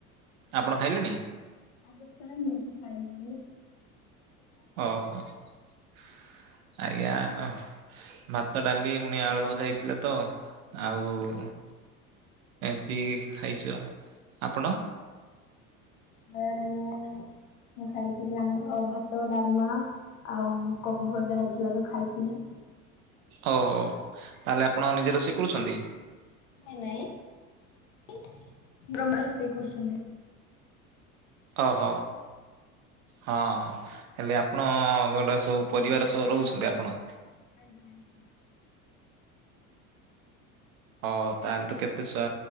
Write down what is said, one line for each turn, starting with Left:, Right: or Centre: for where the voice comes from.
Right: ଆପଣ ଖାଇଲେଣି?
Left: ଆ ସାର୍ ମ ଫାଇି <inaudible>
Right: ଓହୋ ଆଜ୍ଞା ଓଃ। ଭାତ ଡାଲି ଉଣି ଆଳୁ ଭଜା ହେଇଥିଲା ତ ଆଉ ଏମ୍ ତି ଖାଇଚୁ ଆଉ ଆପଣ?
Left: ସାର୍ ମୁଁ ମୁଁ ଖାଇଥିଲି ଆମର ଭାତ ଡାଲ୍ ମା ଆଉ କୋବି ଭଜା ହେଇଥିଲା ତ ଖାଇଥିଲି।
Right: ଓ ହୋ ତାହେଲେ ଆପଣ ନିଜେ ରୋଷେଇ କରୁଚନ୍ତି?
Left: ନାଇଁ ନାଇଁ <inaudible> ବ୍ରହ୍ମା ରୋଷେଇ କରୁଚନ୍ତି।
Right: ଅହ। ହଁ ହେଲେ ଆପଣ ଗୋଟେ ସବୁ ପରିବାର ସ ରହୁଚନ୍ତି ଆପଣ?
Left: ଆଜ୍ଞା ଆଜ୍ଞା।
Right: ହଁ ତାହେଲେ ତ କେତେ ସ୍ୱା